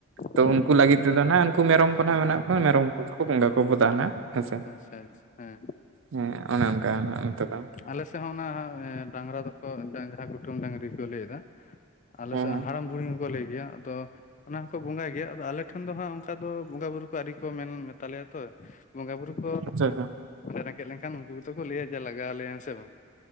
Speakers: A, on the right; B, on the left.
A: ᱛᱚ
B: ᱦᱩᱸ
A: ᱩᱱᱠᱩ
B: ᱦᱩᱸ
A: ᱞᱟᱜᱤᱫ ᱛᱮᱫᱚ ᱱᱷᱟᱜ ᱩᱱᱠᱩ ᱢᱮᱨᱚᱢ ᱠᱚ ᱱᱷᱟᱜ ᱢᱮᱱᱟᱜ ᱠᱚᱣᱟ ᱢᱮᱨᱚᱢ ᱠᱚ ᱠᱚ ᱵᱚᱸᱜᱟ ᱠᱚ ᱵᱚᱫᱟ ᱱᱟᱜ᱾ ᱦᱮᱸᱥᱮ
B: ᱟᱪ-ᱪᱷᱟ ᱟᱪᱪᱷᱟ ᱦᱮᱸ᱾
A: ᱦᱮᱸ ᱚᱱᱮ ᱚᱱᱠᱟ ᱱᱷᱟᱜ ᱚᱱᱛᱮ ᱫᱚ᱾
B: ᱟᱞᱮ ᱥᱮᱜ ᱦᱚᱸ ᱚᱱᱟ ᱰᱟᱸᱝᱨᱟ ᱫᱚᱠᱚ ᱰᱟᱸᱝᱨᱟ ᱠᱩᱴᱟᱹᱢ ᱰᱟᱸᱝᱨᱤ ᱠᱚ ᱞᱟᱹᱭ ᱫᱟ᱾ ᱟᱞᱮ
A: ᱦᱮᱸ
B: ᱥᱮᱜ
A: ᱦᱮᱸ
B: ᱦᱟᱲᱟᱢ ᱵᱩᱲᱦᱤ ᱦᱚᱸᱠᱚ ᱞᱟᱹᱭ ᱜᱮᱭᱟ ᱟᱫᱚ᱾ ᱚᱱᱟ ᱦᱚᱸᱠᱚ ᱵᱚᱸᱜᱟᱭ ᱜᱮᱭᱟ ᱟᱫᱚ ᱟᱞᱮ ᱴᱷᱮᱱ ᱫᱚ ᱦᱟᱸᱜ ᱚᱱᱠᱟ ᱫᱚ ᱵᱚᱸᱜᱟ ᱵᱩᱨᱩ ᱠᱚ ᱟᱹᱣᱨᱤ ᱠᱚ ᱢᱮᱱ ᱢᱮᱛᱟᱞᱮᱭᱟ ᱛᱚ᱾ ᱵᱚᱸᱜᱟ ᱵᱩᱨᱩ ᱠᱚ
A: ᱟᱪᱪᱷᱟ ᱟᱪᱪᱷᱟ
B: ᱨᱮᱸᱜᱮᱡ ᱞᱮᱱᱠᱷᱟᱱ ᱩᱱᱠᱩ ᱜᱮᱛᱚ ᱠᱚ ᱞᱟᱹᱭᱟ ᱡᱮ ᱞᱟᱜᱟᱣᱞᱮᱭᱟ ᱦᱮᱸ ᱥᱮ ᱵᱟᱝ᱾